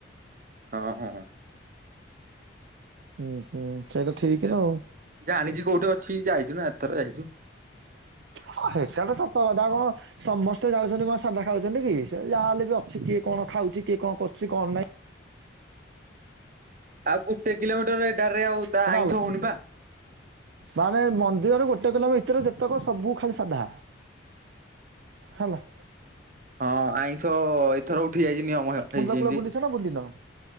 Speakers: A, on the right (about 45°); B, on the right (about 70°).
A: ହଁ ହଁ।
B: ହୁଁ ହୁଁ। ଠିକ
A: ସେଇଟା
B: ନା ଆଉ
A: ଜାଣିଚି କୋଉଠି ଅଛି ଯାଇଚି ନା ଏତଥର ଯାଇଚି।
B: ହଁ ହେଟା ତ ସତ କଥା କଣ ସମସ୍ତେ ଯାଉଚନ୍ତି କଣ ସାଦା ଖାଉଚନ୍ତି କି? ସିଏ ଯାହା ହେଲେ ବି ଅଛି କିଏ କଣ ଖାଉଚି? କିଏ କଣ କରୁଚି କଣ ନାହିଁ?
A: ଆଉ ଗୋଟେ କିଲୋମିଟର ରେଡାର ରେ ଆଉ ତ
B: ସେଟା
A: ଆଇଁଷ
B: ଅଲଗା
A: ହଉନି ବା।
B: ମାନେ ମନ୍ଦିରରୁ ଗୋଟେ କିଲୋମି ଭିତରୁ ଯେତକ ସବୁ ଖାଲି ସାଧା ହେଲା।
A: ହଁ ଆଇଁଷ ଏଥର ଉଠି ଯାଇଚି ନିୟମ। ହେଇଛି
B: ମୁଦ୍ର
A: ଏମିତି।
B: କୂଳ ବୁଲିଛ ନା ବୁଲି ନ?